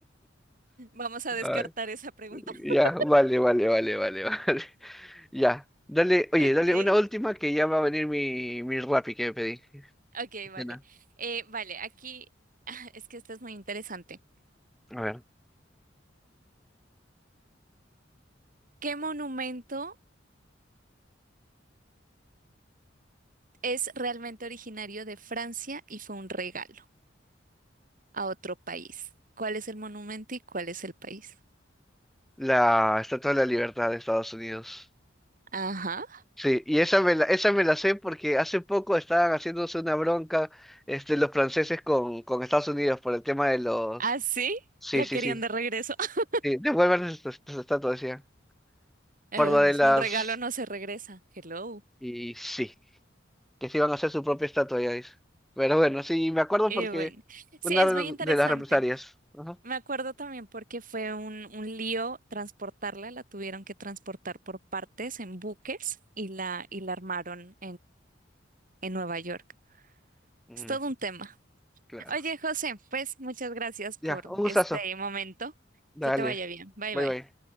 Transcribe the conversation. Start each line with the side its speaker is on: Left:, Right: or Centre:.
Right: Vamos a
Centre: Ay,
Right: descartar esa pregunta.
Centre: ya,
Right: <laughs>
Centre: vale, vale, vale, vale, vale. Ya, dale, oye,
Right: Ok.
Centre: dale una última que ya va a venir mi, mi Rappi que pedí.
Right: Ok, vale.
Centre: Cena.
Right: Eh, vale, aquí <laughs> es que esto es muy interesante.
Centre: A ver,
Right: ¿Qué monumento es realmente originario de Francia y fue un regalo a otro país? ¿Cuál es el monumento y cuál es el país?
Centre: la Estatua de la Libertad de Estados Unidos.
Right: Ajá.
Centre: Sí, y esa me la, esa me la sé porque hace poco estaban haciéndose una bronca este, los franceses con, con Estados Unidos por el tema de los...
Right: ¿Ah, sí?
Centre: Sí,
Right: La
Centre: sí,
Right: querían
Centre: sí.
Right: de regreso. <laughs>
Centre: Sí, devuelvan estas estas estatuas, decía.
Right: Eh,
Centre: Por lo de
Right: Es
Centre: las...
Right: un regalo, no se regresa. Hello.
Centre: Y sí, que se iban a hacer su propia estatua, ya dice. Pero bueno, sí, me acuerdo
Right: Eh,
Centre: porque
Right: bueno. Sí,
Centre: una
Right: es
Centre: de
Right: muy interesante.
Centre: las represalias. Ajá.
Right: Me acuerdo también porque fue un, un lío transportarla, la tuvieron que transportar por partes en buques y la, y la armaron en Nueva York.
Centre: Mm,
Right: Es todo un tema.
Centre: claro.
Right: Oye, José, pues muchas gracias por
Centre: Ya, un gustazo.
Right: este momento.
Centre: Dale,
Right: Que te vaya bien. Bye
Centre: bye
Right: bye.
Centre: bye.